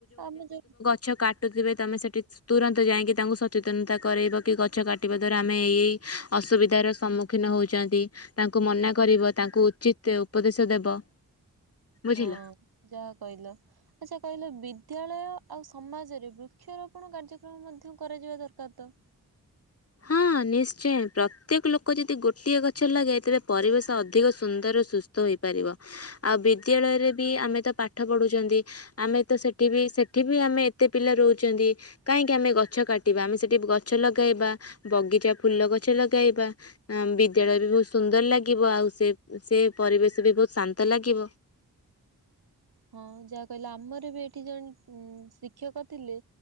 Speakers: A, on the right; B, on the left.
A: ଆମେ ଯୋଉ
B: ଛ କାଟୁଥିବେ ତମେ ସେଠି ତୁରନ୍ତ ଯାଇକି ତାଙ୍କୁ ସଚେତନତା କରରୋଇବ କି, ଗଛ କାଟିବା ଦ୍ଵାରା ଆମେ ଏଇ ଏଇ ଅସୁବିଧାର ସମ୍ମୁ ଖୀନ ହଉଛନ୍ତି। ତାଙ୍କୁ ମନା କରିବ ତାଙ୍କୁ ଉଚିତ ଉପଦେଶ ଦେବ। ବୁଝିଲ।
A: ହଁ, ଯାହା କହିଲ। ଆଚ୍ଛା କହିଲେ ବିଦ୍ୟାଳୟ ଆଉ ସମାଜରେ ବୃକ୍ଷରୋପଣ କାର୍ଯ୍ୟକ୍ରମ ମଧ୍ୟ କରାଯିବା ଦରକାର ତ।
B: ହଁ, ନିଶ୍ଚୟ। ପ୍ରତ୍ୟେକ ଲୋକ ଯଦି ଗୋଟିଏ ଗଛ ଲଗାଏ, ତେବେ ପରିବେଶ ଅଧିକ ସୁନ୍ଦର, ସୁସ୍ଥ ହେଇପାରିବ। ଆଉ ବିଦ୍ୟାଳୟରେ ବି ଆମେ ତ ପାଠ ପଢ଼ୁଛନ୍ତି। ଆମେ ତ ସେଠି ବି ସେଠି ବି ଆମେ ଏତେ ପିଲା ରହୁଛନ୍ତି। କାହିଁକି ଆମେ ଗଛ କାଟିବା? ଆମେ ସେଠି ଗଛ ଲଗେଇବା। ବଗିଚା ଫୁଲ ଗଛ ଲଗେଇବା ଆ ବିଦ୍ୟାଳୟ ବି ବହୁତ ସୁନ୍ଦର ଲାଗିବ ଆଉ ସେ ସେ ପରିବେଶ ବି ବହୁତ ଶାନ୍ତ ଲାଗିବ।
A: ହଁ, ଯାହା କହିଲ। ଆମର ବି ଏଠି ଜଣେ ଉ ଶିକ୍ଷକ ଥିଲେ